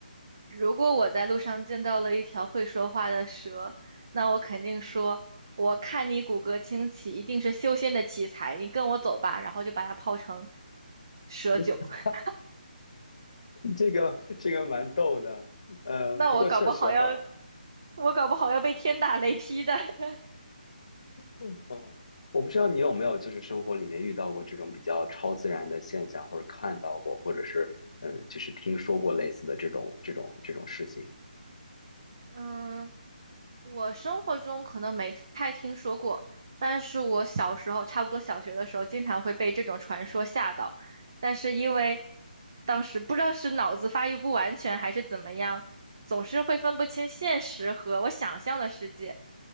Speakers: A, on the right; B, on the left.
A: 如果我在路上见到了一条会说话的蛇，那我肯定说：“我看你骨骼清奇，一定是修仙的奇才，你跟我走吧。”然后就把它泡成蛇酒。
B: <laughs>
A: <laughs>
B: 这个这个蛮逗的，呃，
A: 那我搞不好要，
B: 不过确实哈。
A: 我搞不好要被天打雷劈的。<laughs>
B: 嗯，哦我不知道你有没有就是生活里面遇到过这种比较超自然的现象，或者看到过，或者是嗯，呃就是听说过类似的这种这种这种事情。
A: 嗯，我生活中可能没太听说过，但是我小时候，差不多小学的时候，经常会被这种传说吓到。但是因为当时不知道是脑子发育不完全还是怎么样，总是会分不清现实和我想象的世界。